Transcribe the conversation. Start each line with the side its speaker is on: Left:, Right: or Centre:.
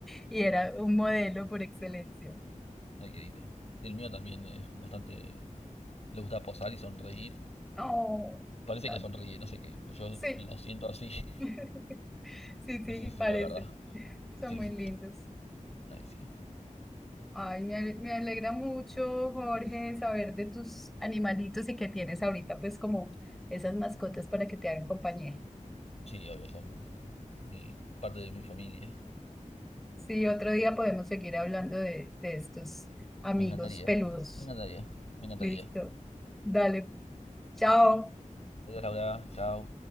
Centre: y era un modelo por excelencia.
Left: Ay, qué lindo. El mío también es bastante. Le gusta posar y sonreír.
Centre: Oh,
Left: Parece
Centre: tal
Left: que sonríe,
Centre: vez.
Left: no sé qué. O Yo
Centre: Sí,
Left: lo siento así. <laughs>
Centre: <laughs> sí, sí,
Left: No sé si será
Centre: parece.
Left: verdad.
Centre: Son
Left: Sí,
Centre: muy lindos.
Left: ay, sí.
Centre: Ay, me, ale- me alegra mucho, Jorge, saber de tus animalitos y que tienes ahorita, pues, como esas mascotas para que te hagan compañía.
Left: Sí, obvio, son mi... parte de mi familia.
Centre: Sí, otro día podemos seguir hablando de, de estos amigos
Left: Me encantaría.
Centre: peludos.
Left: Me encantaría. Me encantaría.
Centre: Listo. Dale, chao.
Left: Adiós, Laura. Chao.